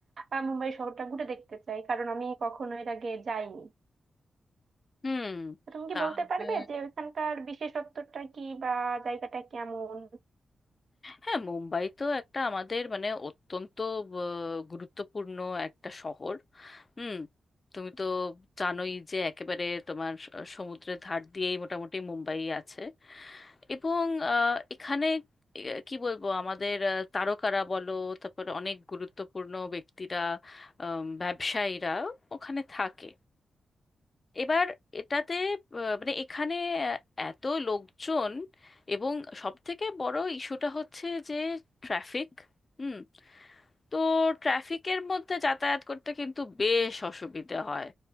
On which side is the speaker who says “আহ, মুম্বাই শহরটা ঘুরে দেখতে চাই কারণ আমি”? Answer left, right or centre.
Right